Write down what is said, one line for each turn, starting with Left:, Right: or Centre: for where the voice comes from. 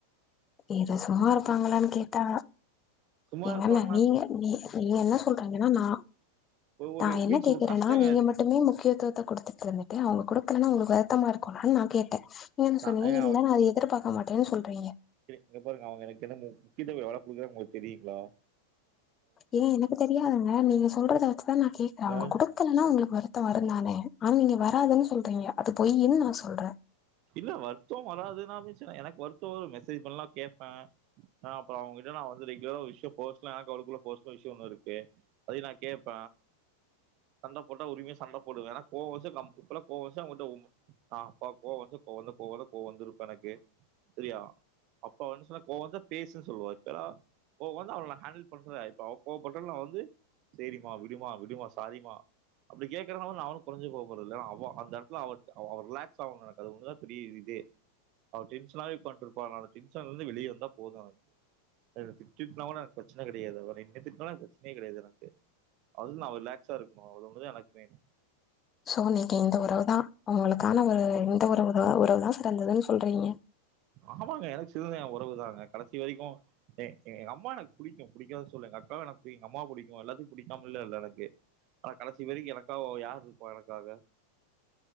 Left: இது சும்மா இருப்பாங்களான் கேட்டா
Right: சும்மா
Left: என்னால
Right: இருப்பாங்களா
Left: நீங்க நீ நீங்க என்ன சொல்ற நீங்கனா நா
Right: ஒரு
Left: நா என்ன
Right: மீன்ஸ்
Left: கேக்குறேனா
Right: ஒரு கஷ்டங்க
Left: நீங்க
Right: அது.
Left: மட் மட்டுமே முக்கியத்துவத்தை கு டுத்துட்டு இருந்துட்டு அவங்க குடுக்கலனா உங்களுக்கு வருத்தமா இருக்கும்லனு நா கேட்ட ஏன்னு
Right: நான்
Left: சொன்னீங்க
Right: ஏங்க
Left: இல்ல நா அ எதிர்பாக்க மாட்டேன்னு சொல்றீங்க
Right: ங்க பாருங்க அவங்க எனக்கு என்ன முக்கியத்துவம் எவ்வளவு குடுக்குறாங்கன் உங்களுக்கு தெரியுங்ளா
Left: ஏன் எனக்கு தெரியாதுங்க நீங்க சொல்றத வச்சுதா நா கேக்குற அவங்க
Right: ஆ?
Left: குடு க்கலனா உங்களுக்கு வருத்தம் வருந்தான ஆன நீங்க வராதுன் சொல்றீங்க அது பொய்யின் நா சொல்ற
Right: இல்ல வருத்த வராதுன்னா பேசின எனக்கு வருத்த ஒரு மெசேஜ் பண்ணலனா கேப்ப ஆ அப்பற அவங்கிட்ட நா வந்து ரெகுலரா விஷய பெர்ஸ்னலா எனக்கு அவளுக்குள்ள பெர்ஸ்னலா விஷய ஒன்னு இருக்கு அதயு நா கேப்ப சண்டை போட்டா உரிமையா சண்ட போடுவ ஏன்னா கோவ வந்ச்சுனா கம்பல்லா கோவம் வந்ச்சுனா ஒன்ட்ட ஆ பவ் கோ வந்து கோவந்து கோவந்து கோவந்து இருப்ப எனக்கு சரியா அப்ப வந்து சொன்ன கோவம் வந்தா பேசு சொல்லுவ ஓகேடா கோ வந்து அவள ஹேண்டல் பண்றதா இப்ப அவள் கோபட்டா நா வந்து செரிமா விடுமா விடுமா சாரி மா அப்டி கேக்குறேனா நா ஒன்னும் குறஞ்சு போ போறது இல்ல அவ அந்த இடத்துல அவ ரிலாக்ஸ் ஆகணு எனக்கு அது ஒன்னுதா பெரிய இதே அவர டென்ஷனாவே உக்காந்துருப்பா டென்ஷன்ல இருந்து வெளியே வந்தா போது எனக்கு திட்டுனா கூட எனக்கு பிரச்சன கெடையாது அவன் என்ன திட்டனாலு எனக்கு பிரச்சனையே கெடையாது எனக்கு அவ்ளோ தா அவ ரிலாக்ஸா இருக்கணு அது ஒன்னுதா எனக்கு வேணு
Left: சோ நீங்க இந்த உறவு தா உங்களுக்கான ஒரு இந்த உறவு உறவு தா சிறந்ததுன் சொல்றீங்க
Right: ஆமாங்க எனக்கு சிறந்தது என் உறவு தாங்க கடைசி வரைக்கு எங்க அம்மா எனக்கு புடிக்கு புடிக்காதுன் சொல்லல எங்க அக்காவ எனக்கு புடிக்கு அம்மா புடிக்கு எல்லாத்தையு புடிக்காமலா இல்ல எனக்கு ஆனா கடைசி வரிக்கு எனக்காக யார் இருப்பா எனக்காக